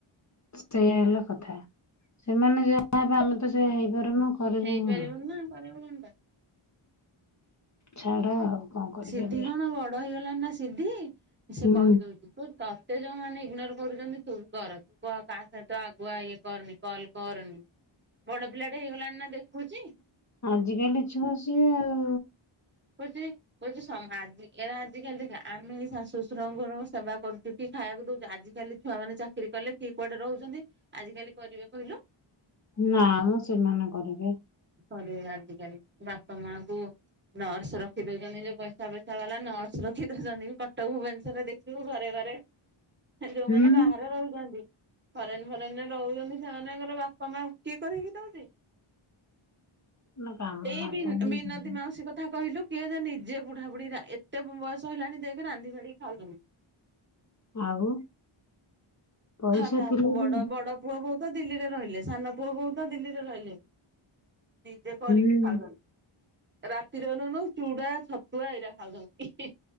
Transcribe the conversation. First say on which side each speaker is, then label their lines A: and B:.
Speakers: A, on the left (about 35°); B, on the right (about 20°).
A: ସେଇୟା ହେଲା କଥା। ସେମାନେ ଯାହା ହେବେ ଆମେ ତ ସେଇୟା ହେଇପାରୁନୁ। କରିବୁ
B: ହେଇପାରିବୁନି
A: କଣ?
B: ନା କରିବୁ କଣ ଟା।
A: ଛାଡ ଆଉ। କଣ କରିପାରିବା
B: ସିଧି କଣ ବଡ ହେଇଗଲାଣି ନା ସିଧି ସେ
A: ହୁଁ।
B: କହି ଦଉଚି। କହୁଚି ତତେ ଯୋଉ ମାନେ ଇଗ୍ନୋର କରୁଛନ୍ତି ତୁ ବି କର। ତୁ କାହା ସହିତ ଆଗୁଆ ଇଏ କରନି। କଲ୍ କରନି। ବଡ ପିଲା ଟା ହେଇଗଲାଣି ନା ଦେଖୁଚି।
A: ଆଜିିକାଲି ଛୁଆ ସିଏ ଆଉ।
B: <unintelligible> କହୁଚି ସମାଜ ଏରା ଆଜିିକାଲି ଦେଖ ଆମେ ଶାଶୁ ଶଶୁରଙ୍କର ସେବା କରୁଚୁ ଟି ଖାଇବାକୁ ଦଉଚୁ ଆଜିିକାଲି ଛୁଆମାନେ ଚାକିରି କଲେ କିଏ କୁଆଡେ ରହୁଛନ୍ତି ଆଜି କାଲି କରିବେ କହିଲୁ।
A: ନା ମ ସେମାନେ କରିବେ।
B: କରିବ ଆଜିକାଲି ବାପା ମା କୁ ନର୍ସ ରଖି ଦୋଉଚନ୍ତି ଯୋଉ ପଇସା ପଇସା ବାଲା ନର୍ସ ରଖି ଦୋଉଚନ୍ତି କଟ ଭୁବନେଶ୍ୱରରେ ଦେଖିବୁ ଘରେ ଘରେ ଯୋଉମାନେ
A: ହୁଁ
B: ବାହାରେ ରହୁଚନ୍ତି। ଫରେନ ଫରେନ ରେ ରହୁଚନ୍ତି ସେମାନଙ୍କର ବାପା ମାଙ୍କୁ କିଏ କରକି ଦୋଉଚି?
A: ନା କାମ
B: ଏଇ
A: ନା
B: ବି
A: ଜାଣିନି
B: ବିନାଦି ମାସିକ କ କଥା କହିଲୁ କିଏ ଯେ ନିଜେ ବୁଢାବୁଢ଼ୀ ଏତେ ବୟସ ହେଲାଣି ଦେଖେ ରାନ୍ଧିବାଡିକି ଖାଉଚନ୍ତି।
A: ଆଉ ପଇସା
B: ହଁ ତା
A: ଥିଲେ
B: ବଡ
A: ବି
B: ବଡ ପୁଅ ବୋହୂ ତ ଦିଲ୍ଲୀରେ ରହିଲେ, ସାନ ପୁଅ ବୋହୂ ତ ଦିଲ୍ଲୀରେ ରହିଲେ। ନିଜେ କରିକି
A: ହୁଁ।
B: ଖାଉଚନ୍ତି, ରା ତିରନୁ ଚୁଡା ଛତୁଆ ଏଇରା ଖାଉଚନ୍ତି।